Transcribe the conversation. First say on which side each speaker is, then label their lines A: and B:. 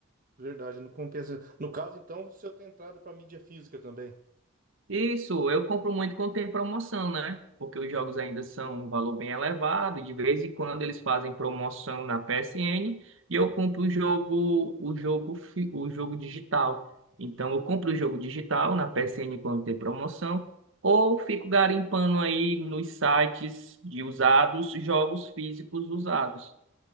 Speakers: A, on the right (about 40°); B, on the right (about 65°).
A: verdade, não compensa. No caso, então, você tem entrada para mídia física também.
B: Isso, eu compro muito quando tem promoção, né? Porque os jogos ainda são um valor bem elevado, e de vez em quando eles fazem promoção na PSN e eu compro o jogo, o jogo, fi- o jogo digital. Então eu compro o jogo digital na PSN quando tem promoção, ou fico garimpando aí nos sites de usados, jogos físicos usados.